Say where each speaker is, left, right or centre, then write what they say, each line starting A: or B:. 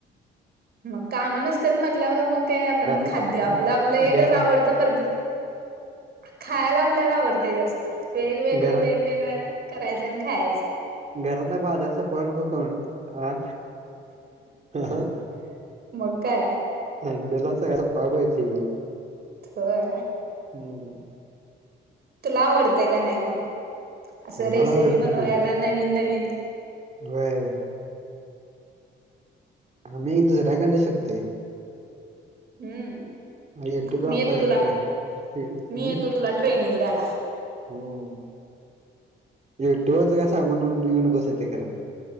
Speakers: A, on the right; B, on the right.
A: मग काम नसत्यात म्हटल्यावर मग काय आपण
B: घरात
A: खाद्य आपलं आपलं एकच
B: घरा
A: आवडतं पदा खायला आपल्याला आवडतय जास्त, वेगवेगळं
B: घरा
A: वेगवेगळं, करायचं अन खायचं.
B: घरातला बाजार सपवाय नको खाऊन, आ अहं,
A: मग काय
B: अंडला सगळ सपवाय पाहिजे.
A: होय.
B: हम्म.
A: तुला आवडतंय का नाही म, असं
B: आम्हाला
A: रेसिपी
B: आवडते
A: बनवायला
B: की
A: नवीन नवीन.
B: व्हय. आम्ही दुसऱ्याकंड शिकतोय.
A: हम्म,
B: युट्यूबचा
A: मी
B: वापर
A: येतो तुला,
B: करत नाही. यु- हम्म
A: मी येतो तुला ट्रेनिंग द्याला.
B: हम्म, युट्यूवरच काय सांगून येऊ नू कसं ईत खर.